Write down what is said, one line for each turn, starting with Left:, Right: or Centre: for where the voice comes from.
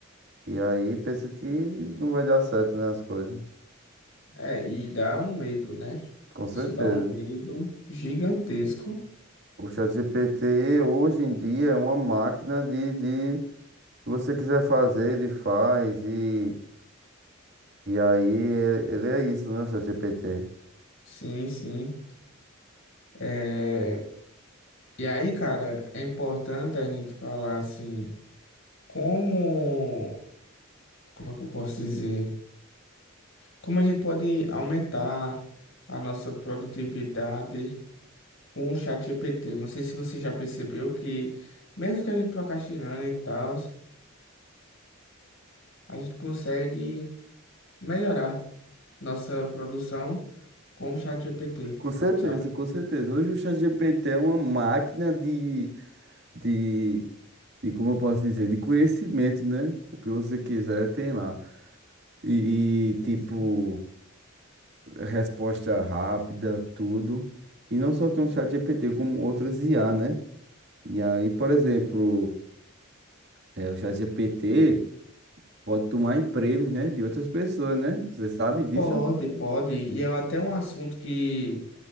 Right: E aí penso que não vai dar certo, né, as coisas.
Left: é, e dá um medo, né?
Right: Com certeza.
Left: Isso dá um medo gigantesco.
Right: O ChatGPT hoje em dia é uma máquina de, de o que você quiser fazer, ele faz. E, e aí ele, ele é isso, né, o ChatGPT.
Left: Sim, sim. É, e aí, cara, é importante a gente falar assim, como, como é que eu posso dizer? Como a gente pode aumentar a nossa produtividade com o chat ChatGPT. Não sei se você já percebeu que, mesmo que a gente procrastinando e tal, a gente consegue melhorar nossa produção com o ChatGPT,
Right: Com certeza,
Left: sabe?
Right: com certeza. Hoje o ChatGPT é uma máquina de, de, de, como eu posso dizer, de conhecimento, né? O que você quiser tem lá. E,
Left: Sim,
Right: e, tipo,
Left: sim.
Right: resposta rápida, tudo. E não só tem o ChatGPT, como outras IA, né? E aí, por exemplo, é, o ChatGPT pode tomar empregos, né, de outras pessoas, né? Você sabe disso?
Left: Pode, pode. E é até um assunto que